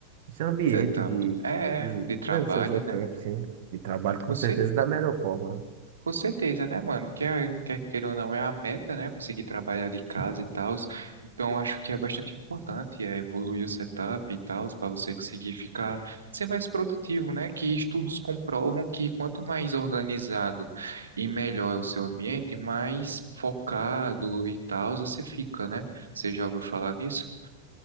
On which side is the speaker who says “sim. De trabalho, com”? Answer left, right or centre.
Right